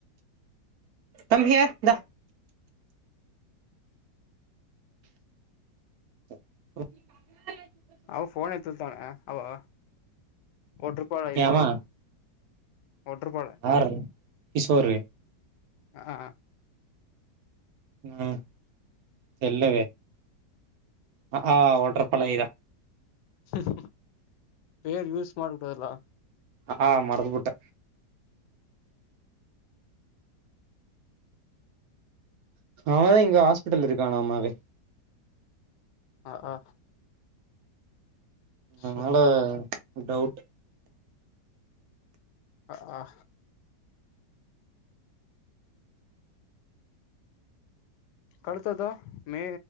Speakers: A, on the right; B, on the left.
A: கம்ஹியர் இந்தா <inaudible>
B: அவ ஃபோன எத்து தான அவோ போட்ருப்பாலய்த
A: ஏம்மா
B: போட்ருப்பால
A: ஆரவு கிஷோரு
B: ஆ
A: ஆ செல்லவே அஆ ஓட்ர பழ இதா
B: சிஸ் பேர் யூஸ் மாடு பல்லா
A: அஆ மறந்துபுட்ட அவனே இங்க ஹாஸ்பிட்டல இருக்கானாமாவே
B: ஆ ஆ
A: அதனால
B: சபா
A: டவுட்
B: அ ஆ அடுத்ததா மே